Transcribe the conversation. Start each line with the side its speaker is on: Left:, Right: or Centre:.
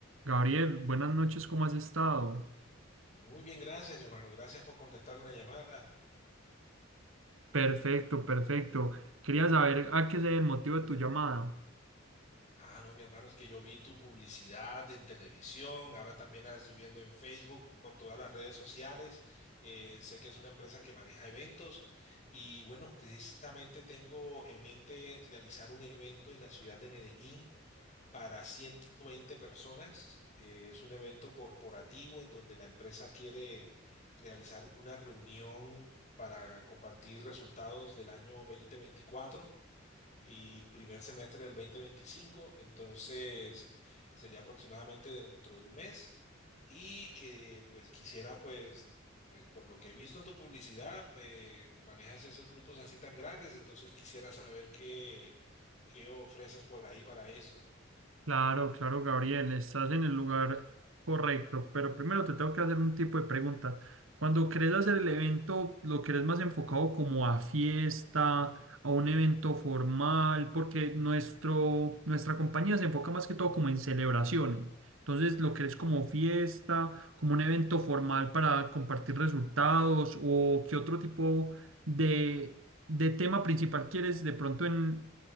Right: Gabriel, buenas noches, ¿cómo has estado?
Left: Muy bien, gracias, mi hermano. Gracias por contestar una llamada.
Right: Perfecto, perfecto. Quería saber a qué se debe el motivo de tu llamada.
Left: Ah, no, mi hermano, es que yo vi tu publicidad en televisión, ahora también la estoy viendo en Facebook, por todas las redes sociales. Eh, sé que es una empresa que maneja eventos y bueno, precisamente tengo en mente realizar un evento en la ciudad de Medellín para 120 personas. Eh, es un evento corporativo en donde la empresa quiere realizar una reunión para compartir resultados del año dos mil veinticuatro. y primer semestre del 2025, entonces sería aproximadamente dentro de un mes y que pues quisiera pues, pues por lo que he visto en tu publicidad, eh, manejas esos grupos así tan grandes, entonces quisiera saber qué, qué ofreces por ahí para esto.
Right: Claro, claro, Gabriel, estás en el lugar correcto, pero primero te tengo que hacer un tipo de preguntas. Cuando querés hacer el evento, ¿lo querés más enfocado como a fiesta, a un evento formal? Porque nuestro, nuestra compañía se enfoca más que todo como en celebraciones. Entonces, ¿lo querés como fiesta, como un evento formal para compartir resultados o qué otro tipo de, de tema principal quieres de pronto en,